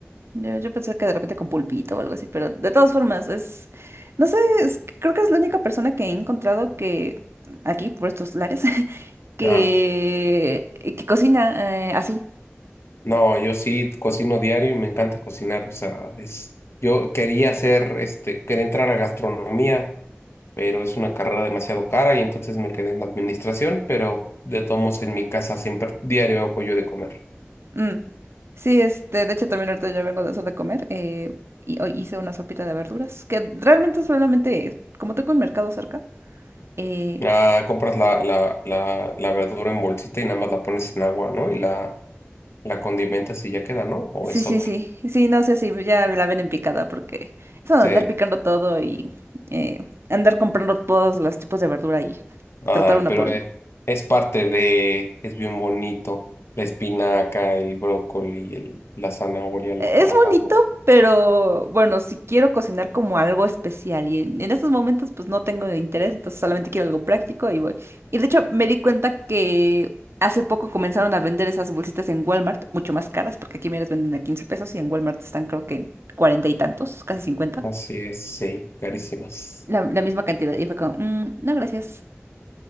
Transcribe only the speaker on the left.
Ah,
no, yo sí cocino diario y me encanta cocinar, o sea, es. Yo quería hacer, este, quería entrar a gastronomía, pero es una carrera demasiado cara y entonces me quedé en administración, pero de todos modos en mi casa siempre diario hago yo de comer.
Ah, compras la, la, la, la verdura en bolsita y nada más la pones en agua, ¿no? Y la La condimenta sí ya queda, ¿no? ¿O
es
otra?
Sí.
Ay,
pero
es,
es parte de, es bien bonito. La espinaca, el brócoli, el- la zanahoria, la
papa.
la-
Así es, sí, carísimas.